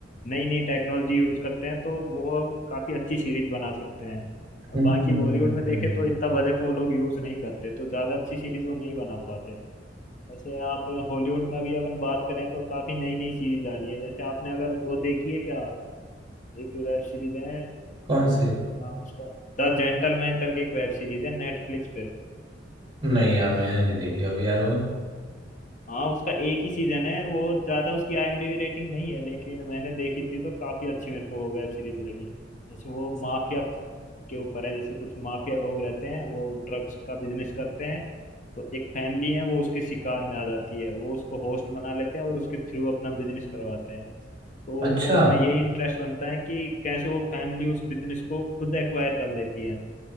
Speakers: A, on the left; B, on the right.
A: नई नई टेक्नोलॉजी यूज करते हैं तो वो काफी अच्छी सीरीज बना सकते हैं
B: हम्म
A: बाकी
B: हम्म,
A: बॉलीवुड
B: हम्म,
A: में देखे
B: हम्म।
A: तो इतना बजट वो लोग यूज नहीं करते तो ज्यादा अच्छी सीरीज वो नहीं बना पाते हैं ऐसे आप हॉलीवुड में अभी अपन बात करें तो काफी नई नई सीरीज आ रही है जैसे आपने अगर वो देखी है क्या एक वेब सीरीज है
B: कौन सी
A: तो नाम उसका द जेंटलमैन करके एक वेब सीरीज है नेटफ्लिक्स पे
B: नहीं यार मैंने नहीं देखी अभी यार वो
A: हाँ उसका एक ही सीजन है वो ज्यादा उसकी आईएमडीबी rating नहीं है लेकिन मैंने देखी थी तो काफी अच्छी मेरे को वेब सीरीज लगी जैसे वो माफिया के ऊपर है जैसे कुछ माफिया लोग रहते हैं वो ड्रग्स का बिजनेस करते हैं तो एक फैमिली है वो उसके शिकार में आ जाती है वो उसको होस्ट बना लेते हैं और उसके थ्रू अपना बिजनेस करवाते हैं तो
B: अच्छा
A: उसमें यही इंटरेस्ट बनता है कि कैसे वो फैमिली उस बिजनेस को खुद एक्वायर कर लेती है